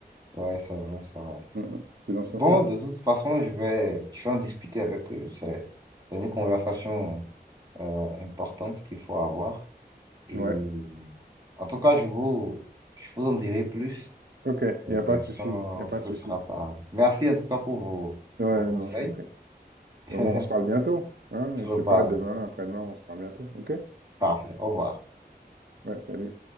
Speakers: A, on the right (about 20°); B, on the right (about 70°).
A: Ouais, c'est vrai, c'est vrai.
B: Mmh mh. C'est dans ce sens-là?
A: Bon, de toute façon, je vais, je vais en discuter avec eux. C'est c'est une conversation euh, importante qu'il faut avoir. Et
B: Ouais.
A: en tout cas, je vous, je vous en dirai plus
B: OK,
A: euh,
B: il y a pas de souci,
A: quand
B: il y a pas
A: ce
B: de souci.
A: sera pas. Merci en tout cas pour vos,
B: Ouais,
A: vos conseils.
B: non, je t'en prie.
A: <laughs>
B: Et Au
A: On
B: moins, on se parle bientôt, hein?
A: se reparle.
B: Je sais pas, demain, après-demain, on se parle bientôt, OK?
A: Parfait. Au revoir.
B: Ouais, salut.